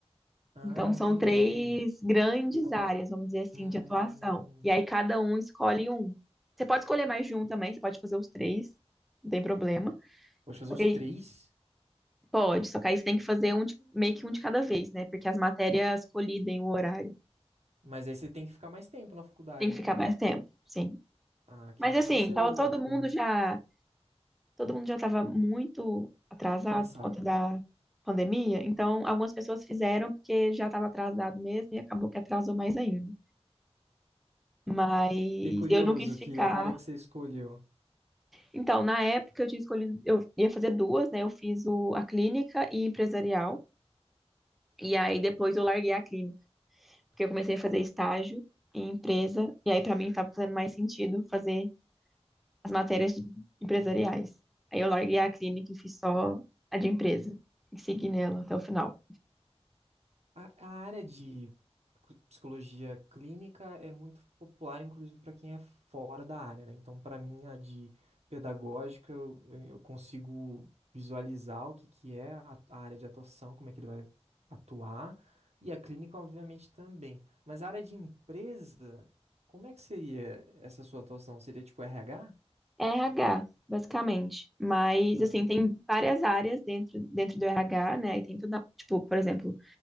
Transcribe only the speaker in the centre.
Então
são três grandes
áreas, vamos dizer assim,
de atuação. E aí cada um escolhe um. Você pode escolher mais de um também, você pode fazer os três, não tem problema.
Só
que aí-
pode, só que aí você tem que fazer
um de- meio que um de cada vez, né? Porque as matérias colidem o horário.
Tem que ficar
mais tempo, sim.
Mas
assim,
tava
todo mundo já todo mundo já estava muito atrasado
por conta da pandemia, então algumas pessoas fizeram porque já estava atrasado mesmo e acabou que atrasou mais ainda. Mas
eu não quis ficar.
Então, na época eu tinha escolhido, eu ia fazer duas, né? Eu fiz o, a clínica e empresarial. E aí depois eu larguei a clínica, porque eu comecei a fazer estágio em empresa, e aí para mim estava fazendo mais sentido fazer as matérias de- empresariais. Aí eu larguei a clínica e fiz só a de empresa, e segui nela até o final.
RH, basicamente. Mas,
assim, tem várias áreas dentro, dentro do RH, né? E tem toda, tipo, por exemplo,